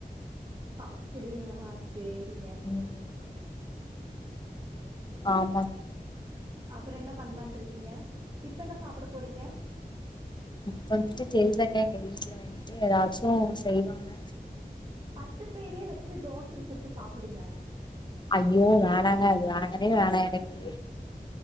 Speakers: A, on the right (about 35°); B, on the left (about 30°).
A: அப்டிங்களா செரிங்க
B: ம் ஆமா
A: அப்பறம் என்ன பண்ணலான் இருக்கீங்க இப்ப என்ன சாப்பட போறீங்க
B: இப்ப வந்துட்டு தெரியலங்க எங்க வீட்டுல வந்துட்டு எதாச்சும் செய்வாங்க
A: பச்சப்பயிரே வச்சு தோச சுட்டு சாப்படுங்க
B: ஐயோ வேணாங்க அது வேணவே வேணா எனக்கு